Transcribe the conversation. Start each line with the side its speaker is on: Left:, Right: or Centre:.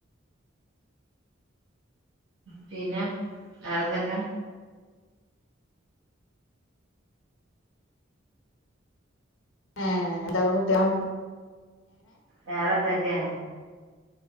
Right: പിന്നെ വേറെന്തൊക്കെ
Left: ആഹ് എതൊക്കെ കുട്ട്യാളാ
Right: വേറെ എന്തൊക്കെ